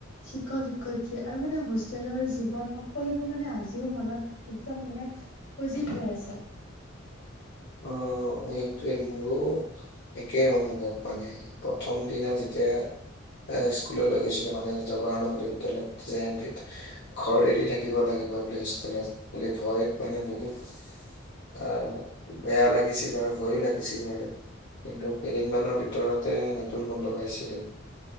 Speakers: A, on the left; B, on the left.
A: শিক্ষক শিক্ষয়িত্ৰী আৰু মানে হোষ্টেলৰ জীৱন সকলোবোৰ মানে আজিও মনত একদম মানে সজীৱ হৈ আছে।
B: অ এইটোৱে মোৰো একেই অনুভৱ মানে প্ৰথম দিনা যেতিয়া এ স্কুললৈ গৈছিলো মানে জৱৰণ বিদ্যালয়ত জে এনটিত ঘৰ এৰি থাকিব লাগিব বুলি হোষ্টেলত বুলি ভয় মানে বহুত অ বেয়া লাগিছিল আৰু ভয়ো লাগিছিল মান কিন্তু কেইদিনমানৰ ভিতৰতে নতুন বন্ধু পাইছিলে